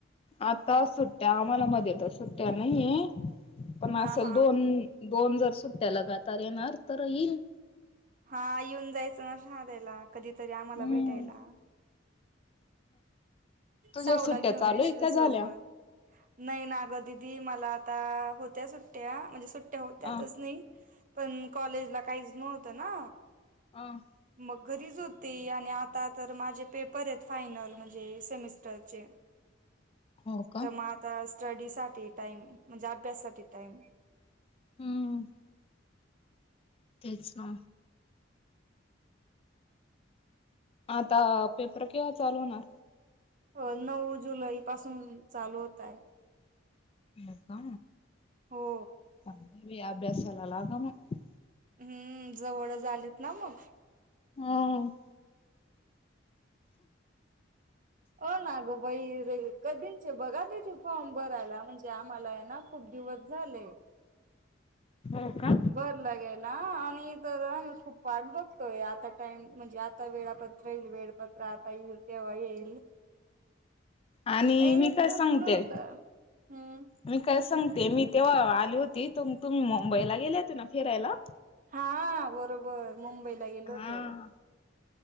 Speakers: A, on the left (about 30°); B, on the right (about 45°).
A: आता सुट्ट्या आम्हाला मध्येेत सुट्ट्या नाहीये. पण
B: हा
A: असेल
B: हा
A: दोन. दोन जर सुट्ट्या लगातार येणार तर येईल.
B: हा येऊन जायचं शादेला. कधीतरी आम्हाला
A: हम्म
B: भेटायला.
A: तुझ्या
B: सावला
A: सुट्ट्या
B: घेऊन
A: चालू
B: येशील
A: आहे का
B: सोबत.
A: झाल्या
B: नाही ना ग दिदी मला आता होत्या सुट्ट्या, म्हणजे, सुट्ट्य त्यातच
A: अ
B: नाही. पण कॉलेज ला काहीच नव्हत त ना.
A: <inaudible>
B: मग घरीच होती, आणि आता तर माझे पेपर आहेत फायनल म्हणजे सेमिस्टरचे!
A: हो का
B: तर म आता स्टडी साठी टाईम म्हणजे अभ्यास साठी टाईम
A: हम्म. तेच ना. आता पेपर केव्हा चालू होणार?
B: अ नऊ जुलै पासून चालू होत आहेत.
A: नका
B: हो
A: बाई अभ्यासाला लागा मग
B: हम्म जवळच आलेत ना मग?
A: हम.
B: ओ ना ग वैर कधींचे बघा त ते फॉर्म भरायला, म्हणजे आम्हाला आहे ना खूप दिवस झाले.
A: हो का?
B: बरं लागेल आणि तर वाट बघतोय आता टाइम म्हणजे आता वेळापत्र येईल वेळपत्र प्राता येईल तव्हा येईल.
A: आणि
B: येतच
A: मी काय सांगते,
B: नव्हतं हम्म
A: मी काय सांग ते मी तेव्हा आली होती तुम्ही मुंबईला गेले होते ना फिरायला?
B: हा बरोबर मुंबईला गेलो
A: हा.
B: होतो.